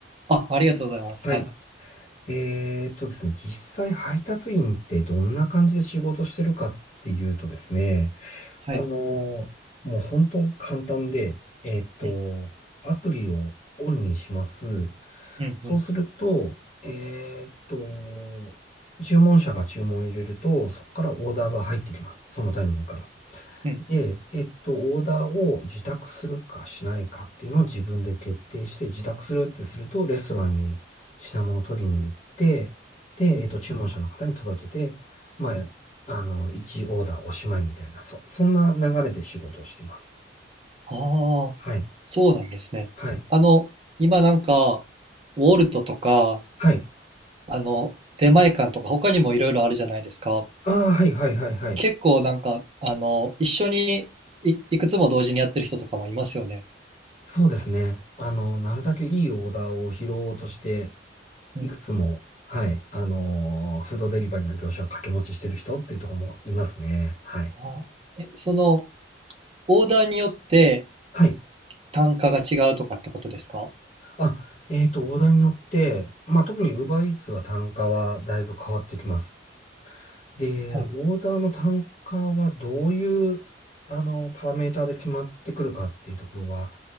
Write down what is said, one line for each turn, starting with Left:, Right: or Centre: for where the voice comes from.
Right: あ、ありがとうございます。
Left: はい。
Right: はい。
Left: えっとですね、実際配達員ってどんな感じで仕事してるかっていうとですね、
Right: はい。
Left: あのーもう本当簡単で、えっと、
Right: うん、
Left: アプリをオンにします。
Right: うん、
Left: そうすると、
Right: うん、
Left: えっと、注文者が注文を入れると、そこからオーダーが入ってきます。そのタイミングから。
Right: うん、
Left: で、えっと、オーダーを自宅するかしないかっていうのを自分で決定して、自宅するってすると、レストランに品物を取りに行って、で、
Right: うん。
Left: えっと、注文者の方に届けて、まあ、あの、1オーダーおしまいみたいな、そ、そんな流れで仕事をしてます。
Right: ああ、
Left: はい。
Right: そうなんですね。
Left: はい。
Right: あの、今なんか、ウォルトとか、
Left: はい。
Right: あの、出前館とか、他にもいろいろあるじゃないですか。
Left: ああ、はい、はい、はい、はい。
Right: 結構なんか、あの、一緒にい、いくつも同時にやってる人とかもいますよね。
Left: そうですね。あの、なるだけいいオーダーを拾おうとして、
Right: うん。
Left: いくつも、はい、あのーフードデリバリーの業者を掛け持ちしてる人っていうところもいますね。はい。
Right: あー、え、その、オーダーによって
Left: はい。
Right: 単価が違うとかってことですか
Left: あ、えっと、オーダーによって、まあ、特に UberEats は単価はだいぶ変わってきます。で、
Right: はい。
Left: オーダーの単価はどういう、あの、パラメーターで決まってくるかっていうところは、